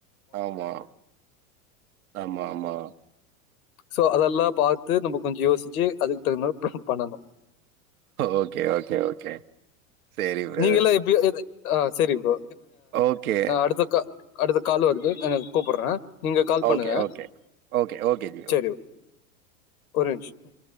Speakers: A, on the right; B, on the left.
A: ஆமா ஆமா ஆமா
B: சோ அதெல்லாம் பார்த்து நம்ம கொஞ்சம் யோசிச்சு அதுக்கு தகுந்தாமாதிரி ப்லான் பண்ணனு
A: ஓகே ஓகே ஓகே சரி பிரதர்.
B: நீங்கல்லாம் எப்டி இ ஆ சரி ப்ரோ
A: ஓகே.
B: அடுத்தக்க அடுத்த கால் வருது நான் கூப்புற்றேன் நீங்க கால் பண்ணுங்க
A: ஓகே ஓகே. Okay okay G.
B: செரி ஒரு நிமிஷம்